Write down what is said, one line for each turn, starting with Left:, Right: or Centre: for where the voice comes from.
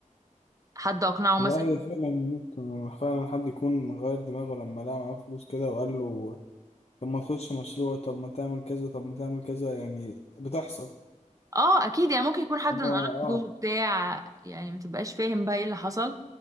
Right: حد اقنعه
Left: لا
Right: مثلا
Left: هي فعلا ممكن فعلا حد يكون غير دماغه لما لقى معاه فلوس كده وقال له طب ما تخش مشروع طب ما تعمل كذا طب ما تعمل كذا يعني بتحصل
Right: اه اكيد يعني ممكن يكون حد
Left: إن
Right: من
Left: هو
Right: قرايبه
Left: اه
Right: بتاع يعني ما تبقاش فاهم بقى ايه اللي حصل